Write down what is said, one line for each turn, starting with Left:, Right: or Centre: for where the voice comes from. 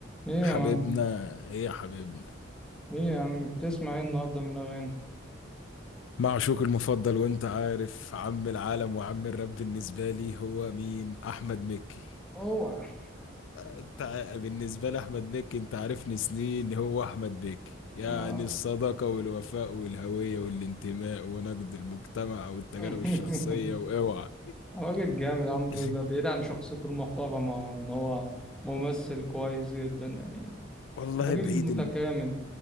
Centre: ايه يا
Left: حبيبنا
Centre: معلم
Left: ايه يا حبيبنا
Centre: ايه يا عم بتسمع ايه النهارده من الاغاني
Left: معشوق المفضل وانت عارف عم العالم وعم الرب بالنسبة لي هو مين احمد مكي
Centre: اوعى
Left: انت ع- بالنسبة لاحمد مكي انت عارفني سنين هو احمد مكي يعني
Centre: اه
Left: الصداقة والوفاء والهوية والانتماء ونقد المجتمع والتجارب
Centre: <laughs>
Left: الشخصية واوعى
Centre: راجل جامد عم
Left: <laughs>
Centre: ده بعيد عن شخصيته المحترمه ان هو ممثل كويس جدا يعني
Left: والله
Centre: راجل
Left: بعيد
Centre: متكامل